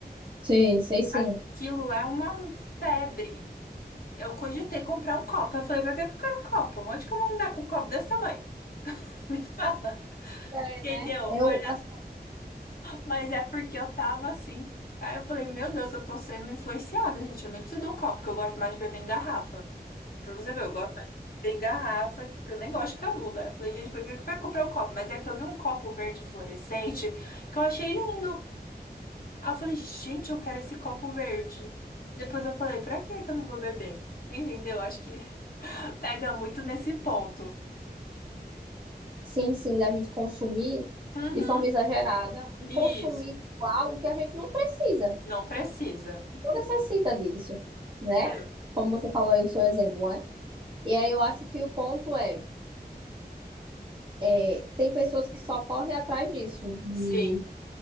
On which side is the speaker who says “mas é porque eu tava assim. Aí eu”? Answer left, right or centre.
Left